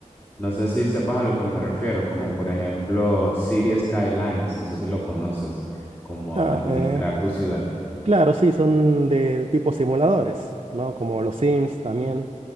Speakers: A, on the left; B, on the right.
A: No sé si sepas a lo que me refiero, como por ejemplo City Skylines, no sé si lo conoces, como
B: Ah,
A: administrar
B: eh,
A: tu ciudad.
B: claro, sí, son del tipo simuladores, ¿no? Como los Sims también.